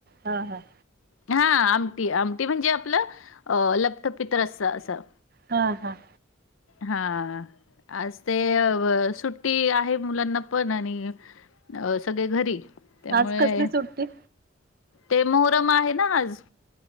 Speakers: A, on the right; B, on the left.
A: हा हा.
B: हा आमटी आमटी म्हणजे आपलं अ लप्तपित रस असं.
A: हा हा.
B: हा आज ते सुट्टी आहे मुलांना पण आणि अ सगळे घरी. त्यामुळे
A: आज कसली सुट्टी?
B: ते मोहरम आहे ना आज.